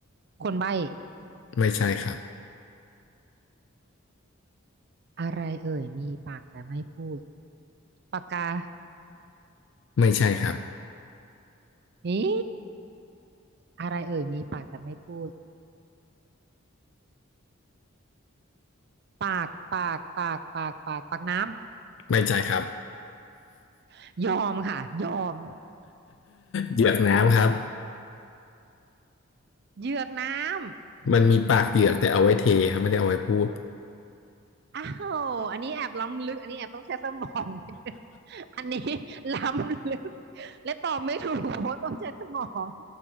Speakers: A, on the right; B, on the left.
A: คนใบ้
B: ไม่ใช่ครับ
A: อะไรเอ่ยมีปากแต่ไม่พูดปากกา
B: ไม่ใช่ครับ
A: นี่อะไรเอ่ยมีปากแต่ไม่พูด ปากปากปากปากปากปากน้
B: ไม่ใช่ครับ <laughs>
A: ำยอมค่ะยอม
B: เหยือกน้ำครับ
A: เหยือกน้ำ
B: มันมีปากเหยือกแต่เอาไว้เทครับไม่ได้เอาไว้พูด <laughs>
A: อ้าวอันนี้แอบล้ำลึกอันนี้แอบต้องใช้สมองนิดนึงอันนี้ล้ำลึกและตอบไม่ถูกเพราะต้องใช้สมอง